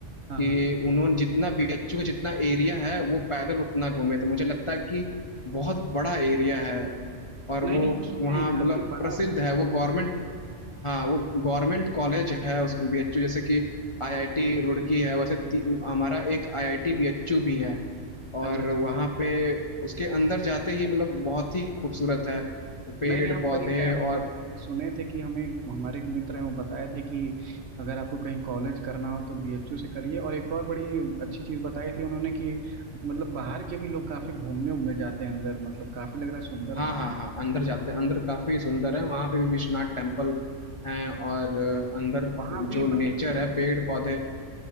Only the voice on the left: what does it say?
कि
उन्होंने जितना बीएचयू का जितना एरिया है वो पैदल उतना घूमे तो मुझे लगता है कि बहुत बड़ा एरिया है और
वो
वहाँ
मतलब
प्रसिद्ध
है वो गवर्नमेंट हाँ वो गवर्नमेंट कॉलेज है उसमें बीएचयू जैसे कि आईआईटी रुड़की है वैसे ती- हमारा एक आईआईटी बीएचयू भी है
और
वहाँ पे उसके अंदर जाते ही मतलब बहुत ही खूबसूरत है पेड़
पौधे
और
हाँ
हाँ
हाँ अंदर जाते हैं अंदर काफी सुंदर है वहाँ पे भी विश्वनाथ टेम्पल है और अंदर
जो
नेचर
है पेड़ पौधे